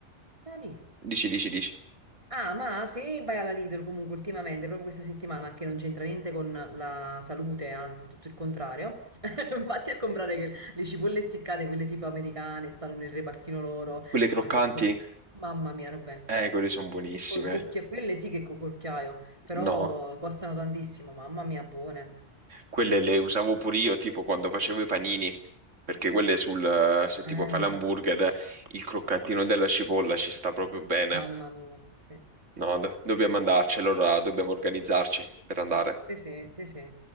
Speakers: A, on the right; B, on the right.
A: no, di.
B: dici, dici, dici,
A: Ah, ma se vai alla Lidl comunque ultimamente, proprio questa settimana, che non c'entra niente con la salute, anzi tutto il contrario, <laughs> vatti a comprare che- le cipolle essiccate, quelle tipo americane, stanno nel repartino loro,
B: quelle croccanti,
A: quanto so... Mamma mia, robè.
B: eh, quelle sono buonissime,
A: Col cucchiaio, quelle sì che col cucchiaio, però
B: no,
A: costano tantissimo, mamma mia, buone.
B: quelle le usavo pure io, tipo quando facevo i panini, perché quelle sul, eh, se tipo
A: Eh,
B: fai l'hamburger, il croccantino della cipolla ci sta proprio bene,
A: mamma mia, sì.
B: no, do- dobbiamo andarci, allora dobbiamo organizzarci per andare.
A: Sì, sì, sì, sì.